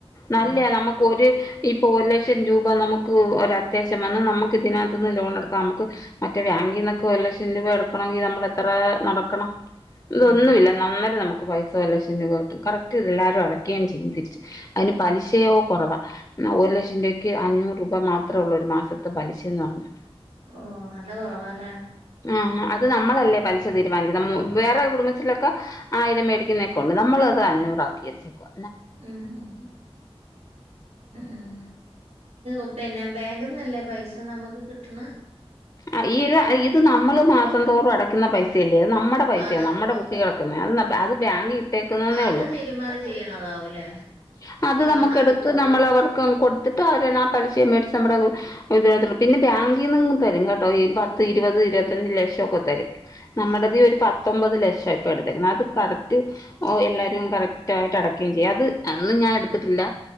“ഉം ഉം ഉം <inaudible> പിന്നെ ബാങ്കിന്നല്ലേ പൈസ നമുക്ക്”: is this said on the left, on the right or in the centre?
Right